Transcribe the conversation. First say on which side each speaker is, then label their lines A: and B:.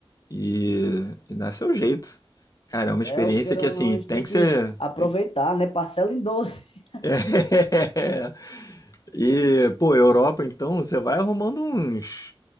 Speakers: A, on the left; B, on the left.
A: e, e dá seu jeito. Cara, é uma experiência
B: É, o queira
A: que
B: ou
A: assim,
B: não, a gente
A: tem
B: tem
A: que
B: que
A: ser.
B: aproveitar,
A: tem-
B: né? Parcela em doze. <laughs>
A: <laughs> E, pô, Europa, então, você vai arrumando uns,